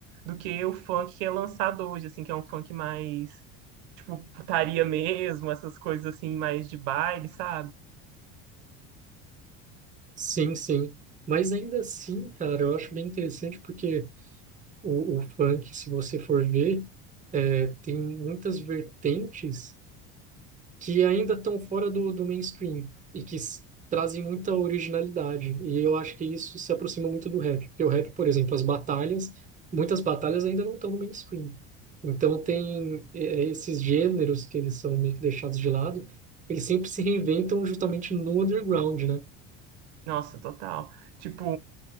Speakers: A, on the right; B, on the right.
A: do que o funk que é lançado hoje, assim, que é um funk mais, tipo, putaria mesmo, essas coisas assim, mais de baile, sabe?
B: Sim, sim. Mas ainda assim, cara, eu acho bem interessante porque o, o funk, se você for ver, tem muitas vertentes que ainda estão fora do, do mainstream e que s- trazem muita originalidade. E eu acho que isso se aproxima muito do rap. Porque o rap, por exemplo, as batalhas, muitas batalhas ainda não estão no mainstream. Então tem eh, esses gêneros que eles são meio que deixados de lado, eles sempre se reinventam justamente no underground, né?
A: Nossa, total. Tipo.